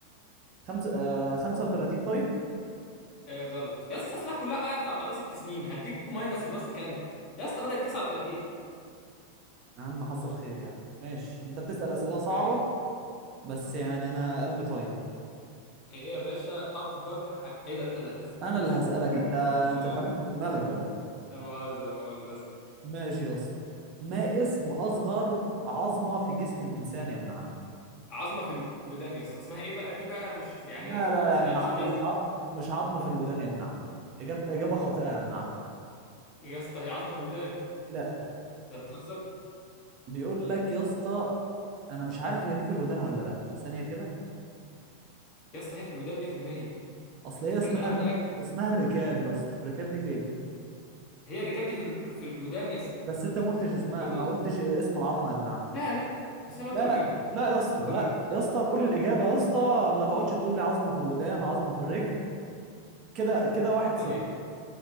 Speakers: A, on the right; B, on the left.
A: خمسة آه 35 طيب
B: آه غلط يا اسطى اصلها كلها قعدت على بعضها ست سنين هديك ماينس بلس كام يا اسطى بدأت 39
A: يا عم حصل خير يعني ماشي انت بتسأل أسئلة صعبة
B: ماشي
A: بس يعني انا قلبي طيب
B: ايه يا باشا اكبر ح... ايه ده انت اللي هتسأل
A: انا اللي
B: اسأل
A: هسألك
B: <laughs>
A: انت
B: لا
A: انت
B: مؤاخذة
A: اتهبلت في دماغك ولا إيه؟
B: لا مؤاخذة لا مؤاخذة اسأل
A: ماشي يا اسطى ما اسم اصغر عظمه في جسم الانسان يا ابن عم
B: عظمة في الودان يا اسطى اسمها ايه بقى دي بقى مش
A: لا
B: يعني
A: لا
B: مش
A: يا ابن
B: مش
A: عم
B: لازم
A: مش عظم مش عظمه في الودان يا ابن عم اجابه اجابه خاطئه يا ابن عم
B: يا اسطى هي عظمة في الودان
A: لا
B: انت بتهزر
A: بيقول لك يا اسطى انا مش عارف هي دي في الودان ولا لا ثانيه كده
B: يا اسطى هي في الودان 100%
A: اصل هي اسمها
B: انا أنا متأكد
A: اسمها الركاب يا اسطى الركاب دي فين
B: هي الركاب دي في ال... في الودان يا اسطى
A: بس انت ما قلتش اسمها
B: فالأذن
A: ما قلتش اسم العظمه يا ابن عم
B: لا لا بس انا قلت
A: لا
B: مكانها
A: لا لا يا اسطى
B: ما تهزرش
A: لا يا اسطى نقول الاجابه يا اسطى ما تقعدش تقول لي عظمه في الودان عظمه في الرجل كده كده واحد
B: طيب
A: صفر